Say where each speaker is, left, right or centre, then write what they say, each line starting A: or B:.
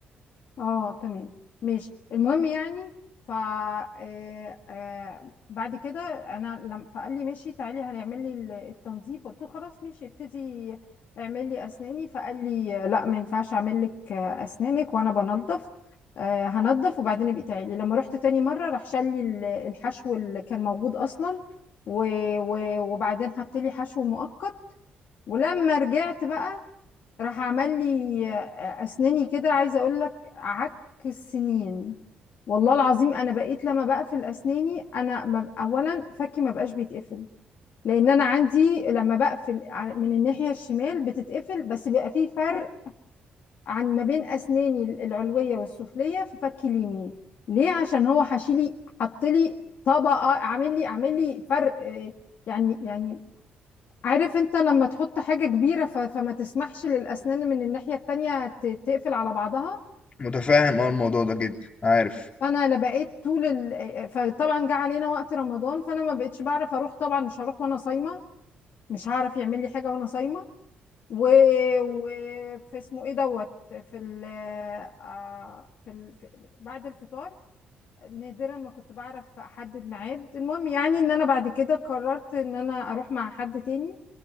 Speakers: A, on the left; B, on the left.
A: اه تمام ماشي المهم يعني ف آه، آه، بعد كده انا لما فقال لي ماشي تعالي هنعمل لي ال- التنظيف قلت له خلاص ماشي ابتدي اعمل لي اسناني فقال لي لا ما ينفعش اعمل لك اسنانك وانا بنظف آه، هنضف وبعدين ابقي تعالي لما رحت تاني مره راح شال لي ال- الحشو اللي كان موجود اصلا و- و- وبعدين حط لي حشو مؤقت ولما رجعت بقى راح عمل لي آه، اسناني كده عايزه اقول لك عك السنين والله العظيم انا بقيت لما بقفل اسناني انا ما ب- اولا فكي ما بقاش بيتقفل لان انا عندي لما بقفل ع- من الناحيه الشمال بتتقفل بس بيبقى في فرق عن ما بين اسناني ال- العلويه والسفليه في فكي اليمين ليه عشان هو حشيلي حط لي طبقه عامل لي عامل لي فرق آه، يعني يعني عارف انت لما تحط حاجة كبيرة ف... فما تسمحش للأسنان من الناحية التانية ت... تقفل على بعضها
B: متفاهم اه الموضوع ده جدا عارف
A: فأنا لا بقيت طول ال... فطبعا جه علينا وقت رمضان فأنا ما بقتش بعرف أروح طبعا مش هروح وأنا صايمة مش هعرف يعمل لي حاجة وأنا صايمة و... و... في اسمه ايه دوت في ال... آه، في ال... في... بعد الفطار نادرا ما كنت بعرف أحدد ميعاد المهم يعني إن أنا بعد كده قررت إن أنا أروح مع حد تاني